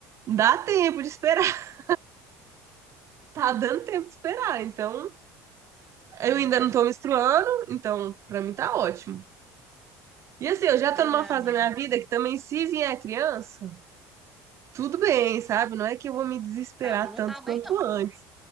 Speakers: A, on the right (about 40°); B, in the centre.
A: dá tempo de esperar. <laughs> Tá dando tempo de esperar. Então,
B: pois
A: Eu ainda
B: é,
A: não tô menstruando, então pra mim tá ótimo. E assim, eu já
B: pois
A: tô numa
B: é,
A: fase
B: amiga.
A: da minha vida que também, se vier criança, tudo bem, sabe? Não é que eu vou me desesperar
B: Pra mim não
A: tanto
B: tá bem,
A: quanto
B: não.
A: antes.